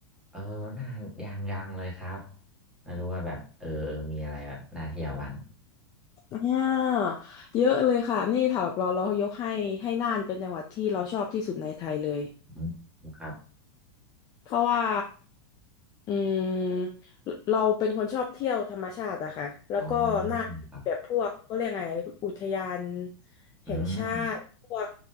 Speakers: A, in the centre; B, on the left.
A: เออน่ายังยังเลยครับไม่รู้ว่าแบบเออเออมีอะไรแบบน่าเที่ยวบ้าง
B: อ่าเยอะเลยค่ะนี่แถวเราเรายกให้ให้น่านเป็นจังหวัดที่เราชอบที่สุดในไทยเลย
A: อืมครับ
B: เพราะว่าอืมเราเป็นคนชอบเที่ยวธรรมชาติอะค่ะแล้วก็น่าแบบพวกก็เรียกไงอุทยาน
A: อ๋อครับ
B: แห่งชาติพวก
A: อืม